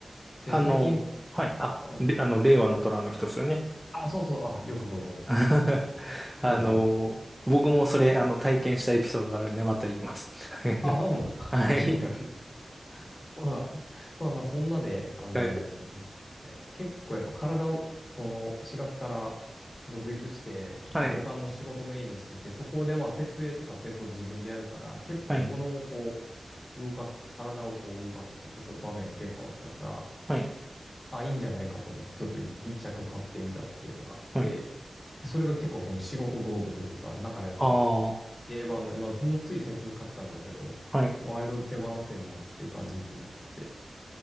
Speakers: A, on the left; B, in the centre.
A: で、
B: あの、
A: 最近、
B: はい。あ、
A: うん。
B: れ、あの、令和の虎の人ですよね。
A: あ、そうそう、あ、よくご存知で。
B: <laughs> あの、
A: そうそう。
B: 僕もそれ、あの、体験したエピソードがあるんで、また言います。
A: あ、
B: <laughs>
A: そうなんだ。<laughs>
B: はい。
A: あ、気になる。ままあまあ、そんなで、あの、
B: はい。
A: えっと、結構やっぱ体を、この4月から独立して、
B: はい。
A: 旅館の仕事メインにしてて、そこでまあ、設営とか清掃自分でやるから、結構物をこ
B: はい。
A: う、動かすとか、体をこう動かすっていうところ、場面が結構あったから、
B: はい。
A: あ、いいんじゃないかと思って、ちょっとい一着買ってみたっていうのがあって、
B: はい。
A: でそれが結構その仕事道具というか、中でも
B: ああー、
A: 定番な、まあ、ほんのつい最近買ったんだけど、
B: はい。
A: 割と手放せんなっていう感じになってて、